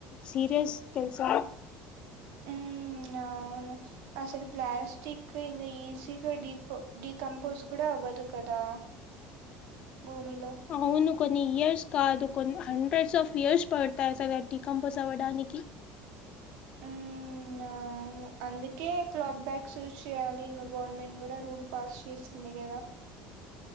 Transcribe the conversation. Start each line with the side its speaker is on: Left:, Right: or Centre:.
Left: సీరియస్ తెలుసా
Right: ఉ అవును అసలు ప్లాస్టిక్ ఇంగ ఈజీ గ డిపో డికంపోజ్ కూడా అవ్వదు కదా భూమిలో
Left: అవును కొన్ని ఇయర్స్ కాదు కొన్ని హండ్రెడ్స్ ఆఫ్ ఇయర్స్ పడతాయి సార్ డికంపోజ్ అవ్వడానికి
Right: మ్మ్ అవును అందుకే క్లాత్ బ్యాగ్స్ యూస్ చేయాలి ఇంగ గవర్నమెంట్ కూడా రూల్ పాస్ చేసింది కదా